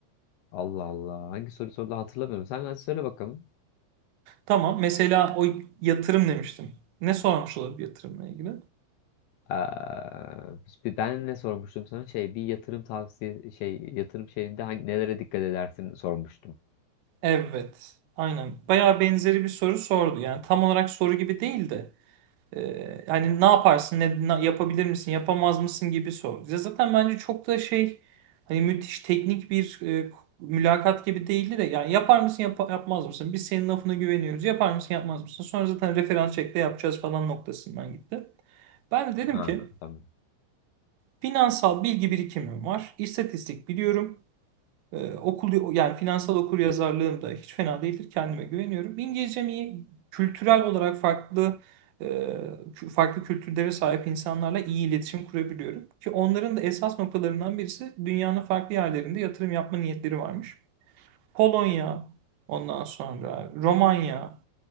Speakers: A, on the left (about 75°); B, on the right (about 75°).
A: Allah Allah. Hangi soru sordu hatırlamıyorum. Sen hadi söyle bakalım.
B: Tamam. Mesela o yatırım demiştim. Ne sormuş olabilir yatırımla ilgili?
A: Ee, hiçbir- ben ne sormuştum sana? Şey bir yatırım tavsiye şey yatırım şeyinde hangi, nelere dikkat edersin sormuştum.
B: Evet, aynen. Bayağı benzeri bir soru sordu. Yani tam olarak soru gibi değil de e, hani ne yaparsın, ne, na- yapabilir misin, yapamaz mısın gibi sordu. Ya zaten bence çok da şey hani müthiş teknik bir e, mülakat gibi değildi de yani yapar mısın, yapa- yapmaz mısın? Biz senin lafına güveniyoruz. Yapar mısın, yapmaz mısın? Sonra zaten referans çekte yapacağız falan noktasından gitti. Ben de dedim
A: Ha,
B: ki
A: tamam.
B: finansal bilgi birikimim var. istatistik biliyorum. Ee, okul yani finansal okuryazarlığım da hiç fena değildir. Kendime güveniyorum. İngilizcem iyi. Kültürel olarak farklı e, kü- farklı kültürlere sahip insanlarla iyi iletişim kurabiliyorum. Ki onların da esas noktalarından birisi dünyanın farklı yerlerinde yatırım yapma niyetleri varmış. Polonya, ondan sonra Romanya,